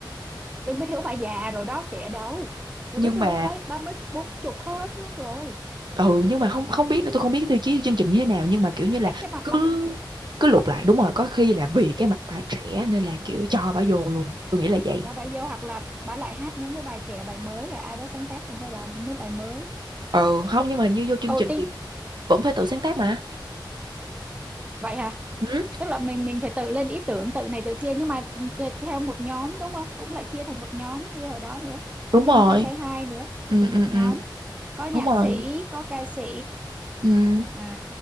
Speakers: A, on the right; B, on the right.
A: đừng biết hiểu bà già rồi đó trẻ đâu đừng
B: nhưng
A: biết hiểu
B: mà
A: mấy ba mấy bốn chục hơn luôn rồi
B: ừ nhưng mà không không biết nữa tôi không biết tiêu chí chương trình như thế nào nhưng mà kiểu như là
A: cái cái mặt
B: cứ
A: bà cũng trẻ
B: cứ lục lại đúng rồi có khi là vì cái mặt bà trẻ nên là kiểu cho bà vô luôn tôi nghĩ là vậy
A: rồi bà vô hoặc là bà lại hát những cái bài trẻ bài mới rồi ai đó sáng tác cho bà làm mấy bài mới
B: ừ không nhưng mà như vô chương
A: ồ
B: trình
A: tin
B: thì vẫn phải tự sáng tác mà
A: vậy hả
B: ừ,
A: tức là mình mình phải tự lên ý tưởng tự này tự kia nhưng mà t- theo một nhóm đúng không cũng lại chia thành một nhóm như hồi đó nữa
B: đúng
A: như
B: rồi
A: anh trai say hi nữa
B: ừ
A: thành
B: ừ
A: một nhóm
B: ừ
A: có nhạc
B: đúng rồi
A: sĩ có ca sĩ
B: ừ.
A: à